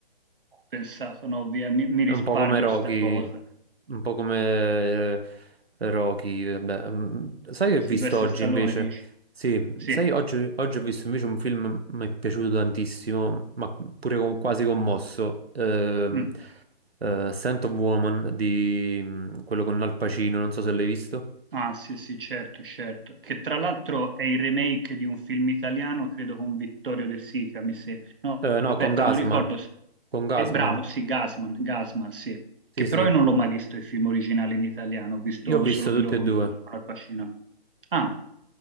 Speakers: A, on the right; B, on the right.
A: ho pensato, no, via, mi, mi
B: È
A: risparmio
B: un po' come Rocky.
A: sta cosa.
B: Un po' come eh, Rocky. vabbè, mm, Sai che ho
A: Silvestre
B: visto oggi
A: Stallone,
B: invece?
A: dici?
B: Sì,
A: Sì.
B: sai, oggi, oggi ho visto invece un film mi è piaciuto tantissimo, ma pure con- quasi commosso. Ehm,
A: Mm.
B: eh, Scent of Woman di mm, quello con Al Pacino, non so se l'hai visto.
A: Ah, sì, sì, certo, certo. Che tra l'altro è il remake di un film italiano, credo con Vittorio De Sica, mi sembra. No,
B: Eh, no,
A: aspetta,
B: con Gasman.
A: non ricordo. se-
B: Con Gasman.
A: È bravo, sì, Gasman, Gasman, sì. Che
B: Sì,
A: però
B: sì.
A: io non l'ho mai visto il film originale in italiano, ho visto
B: Io ho visto
A: solo quello
B: tutti e
A: con,
B: due.
A: con Al Pacino. Ah,